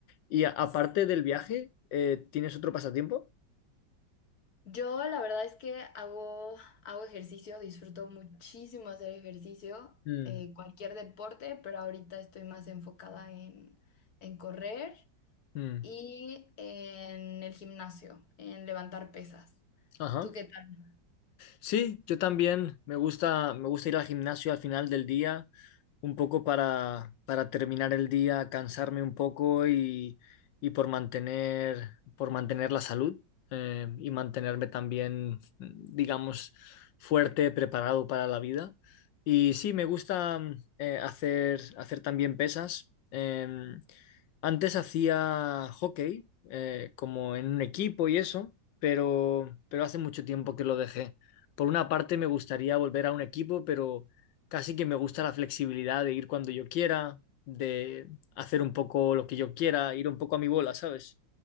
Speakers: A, on the left (about 80°); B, on the left (about 60°).
A: Y a- aparte
B: Sí.
A: del viaje, eh, ¿tienes otro pasatiempo?
B: Yo la verdad es que hago, hago ejercicio, disfruto muchísimo hacer ejercicio,
A: Mm,
B: eh, cualquier deporte, pero ahorita estoy más enfocada en, en correr
A: mm,
B: y en el gimnasio, en levantar pesas.
A: Ajá.
B: ¿Tú qué tal?
A: Sí, yo también me gusta, me gusta ir al gimnasio al final del día, un poco para, para terminar el día, cansarme un poco y, y por mantener, por mantener la salud eh, y mantenerme también, digamos, fuerte, preparado para la vida. Y sí, me gusta eh, hacer, hacer también pesas. Em, antes hacía hockey, eh, como en un equipo y eso, pero, pero hace mucho tiempo que lo dejé por una parte me gustaría volver a un equipo, pero casi que me gusta la flexibilidad de ir cuando yo quiera, de hacer un poco lo que yo quiera, ir un poco a mi bola, ¿sabes?